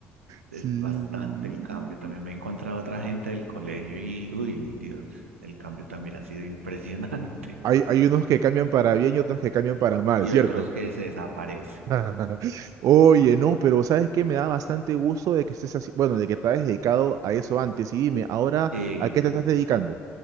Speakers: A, on the right (about 85°); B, on the right (about 55°).
A: es
B: Sí,
A: bastante
B: sí.
A: el cambio.
B: sí.
A: También me he encontrado otra gente del colegio y, uy, Dios, el cambio también ha sido impresionante.
B: Hay,
A: <laughs>
B: hay unos que cambian para bien y otros que cambian para mal,
A: Y
B: ¿cierto?
A: otros que se desaparecen.
B: <laughs> Oye, no, pero ¿sabes qué? Me da bastante gusto de que estés así, bueno, de que te hayas dedicado a eso antes. Y dime, ahora,
A: Sí,
B: ¿a qué te estás dedicando?